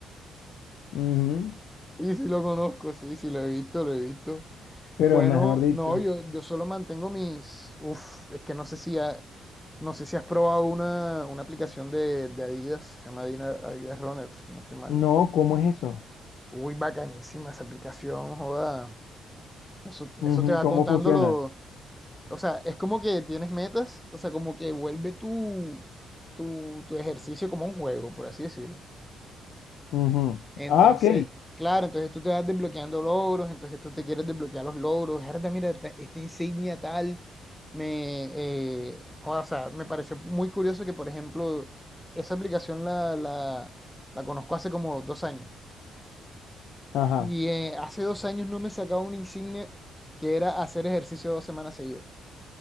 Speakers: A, on the left (about 80°); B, in the centre.
A: Ujú,
B: Y si lo conozco, sí, sí, lo he visto, lo he visto.
A: Pero
B: Bueno,
A: es mejor dicho.
B: no, yo, yo solo mantengo mis. Uf, es que no sé si, ha- no sé si has probado una, una aplicación de, de Adidas, se llama Adina- Adidas Runner, si no estoy mal.
A: No, ¿cómo es eso?
B: Uy, bacanísima esa aplicación, joda. Eso,
A: Ujú,
B: eso te va
A: ¿Cómo
B: contando
A: funciona?
B: lo. O sea, es como que tienes metas, o sea, como que vuelve tu, tu, tu ejercicio como un juego, por así decirlo.
A: Ujú.
B: Entonces,
A: Ah, ok.
B: claro, entonces tú te vas desbloqueando logros, entonces tú te quieres desbloquear los logros. Herda, mira, te- esta insignia tal, me, eh, joda, o sea, me pareció muy curioso que, por ejemplo, esa aplicación la, la, la conozco hace como dos años.
A: Ajá.
B: Y eh, hace dos años no me sacaba una insignia que era hacer ejercicio dos semanas seguidas.